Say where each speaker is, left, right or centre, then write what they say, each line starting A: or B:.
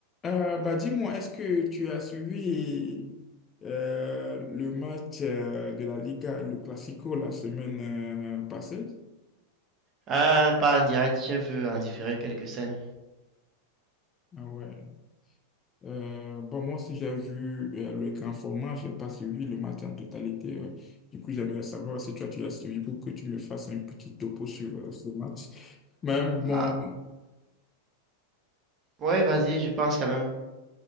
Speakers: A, on the left; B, on the right.
A: Euh, bah dis-moi, est-ce que tu as suivi euh, le match euh, de la Liga, le Classico, la semaine euh, passée?
B: Ah, pas en direct, je veux en différer quelques scènes.
A: Ah ouais. Euh, bon, moi aussi, j'ai vu euh, le grand format, j'ai pas suivi le match en totalité. ouais. Du coup, j'aimerais savoir si toi, tu as suivi pour que tu me fasses un petit topo sur euh, ce match. Mais bon,
B: Ah, ouais, vas-y, je pense quand même